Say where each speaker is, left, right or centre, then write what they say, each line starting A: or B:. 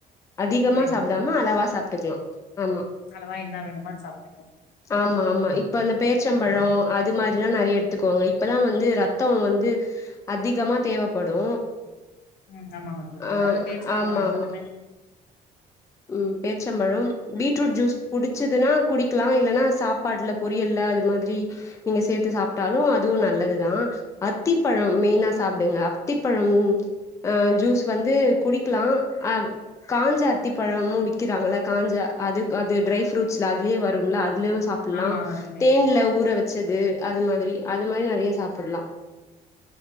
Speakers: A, on the left; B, on the left.
A: அதிகமா
B: புரியுதுங்க
A: சாப்புடாம அளவா சாப்ட்டுக்கலா ஆமா
B: அளவா என்ன வேணுமோ அது சாப்ட்டுக்கலா
A: ஆமாமா இப் இப்ப அந்த பேர்ச்சம்பழொ அது மாரில்லா நறைய எடுத்துக்கோங்க இப்பதா வந்து ரத்தோ வந்து அதிகமா தேவைப்படு
B: ம் ஆமாங்க தோழி
A: ஆ
B: அந்த பேரிச்சப்பழோ
A: ஆமாமா
B: எடுத்தாலுமே
A: ம் பேர்ச்சம்பழம் பீட்ருட் ஜூஸ் புடிச்சதுன்னா குடிக்கலா இல்லனா சாப் சாப்பாட்ல பொரியல்ல அது மாதிரி நீங்க சேத்து சாப்ட்டாலு அதுவு நல்லதுதா அத்திப்பழம் மெயினா சாப்டுங்க அத்திப்பழம் அ ஜூஸ் வந்து குடிக்லா அ காஞ்ச அத் அத்திபழமு விக்கிறாங்கள காஞ்ச அது அது ட்ரை ஃப்ரூட்ஸ்ல அதுலயே வரும்ல அதுலே சாப் புலா
B: ஆமாங்க தோழி
A: தேன்ல ஊற வச்சது அது மாதிரி அது மாதிரி நறைய சாப்புட்லா